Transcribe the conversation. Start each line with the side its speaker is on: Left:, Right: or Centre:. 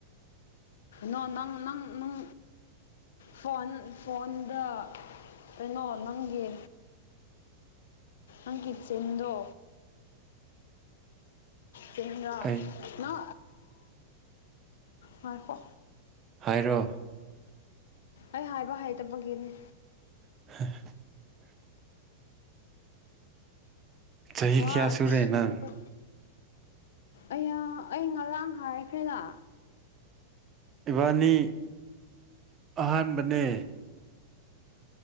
Left: ꯅꯣ ꯅꯪ ꯅꯪ ꯅꯪ ꯐꯣꯟ ꯐꯣꯟꯗ ꯀꯩꯅꯣ ꯅꯪꯒꯤ ꯑꯪꯀꯤꯠ ꯆꯟꯗꯣ ꯀ꯭ꯔ
Right: ꯑꯩ
Left: ꯅ ꯅꯣꯏꯈꯣ
Right: ꯍꯥꯏꯔꯣ
Left: ꯑꯩ ꯍꯥꯏꯕ ꯍꯥꯏꯗꯕꯒꯤꯅꯦ
Right: <inaudible> ꯆꯍꯤ ꯀꯌꯥ
Left: ꯋꯥ ꯑꯊꯤꯕ
Right: ꯁꯨꯔꯦ ꯅꯪ
Left: ꯑꯌꯥ ꯑꯩ ꯉꯔꯥꯡ ꯍꯥꯏꯈ꯭ꯔꯦꯗ
Right: ꯏꯕꯥꯅꯤ ꯑꯍꯥꯟꯕꯅꯦ